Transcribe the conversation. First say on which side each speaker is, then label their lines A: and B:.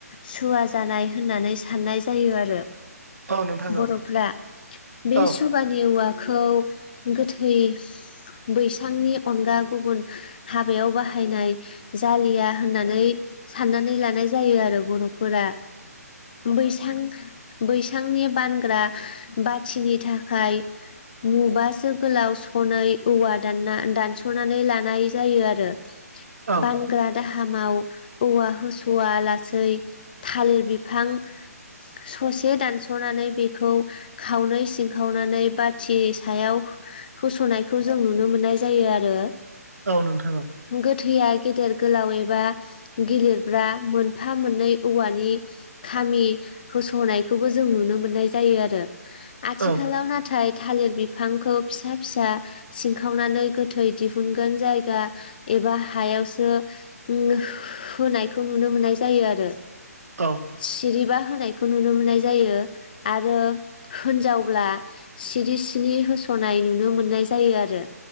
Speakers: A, on the left; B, on the right.
A: सुवा जानाय होननानै साननाय जायो आरो।
B: औ नोंथां
A: बर'फ्रा बे सु
B: औ
A: सुबानि औवाखौ गोथै बैसांनि अनगा गुबुन हाबायाव बाहायनाय जालिया होननानै साननानै लानाय जायो आरो बर'फोरा बैसां बैसांनि बानग्रा बाथिनि थाखाय मुबासो गोलाव सनै औवा दानना दानस' सनानै लानाय जायो आरो
B: औ
A: बानग्रा दाहामाव औवा होस'वा लासै थालिर बिफां ससे दानस'नानै बेखौ खावनै सिंखावनानै बाथि सायाव होस'नायखौ जों नुनो मोननाय जायो आ रो
B: औ नोंथां औ
A: गोथैया गेदेर गोलाव एबा गेलिरब्रा मोनफा मोननै औवानि खामि होस'नायखौबो जों नुनो मोननाय जायो आरो आथिखालाव
B: औ
A: नाथाय थालिर बिफांखौ फिसा फिसा सिनखावनानै गोथै दिहुनगोन जायगा एबा हायावसो ओम होनायखौ नुनो मोननाय जायो आरो
B: औ।
A: सिरिबा होनायखौ नुनो मोननाय जायो आरो होनजावब्ला सिरि सिनि होस'नाय नुनो मोननाय जायो आरो।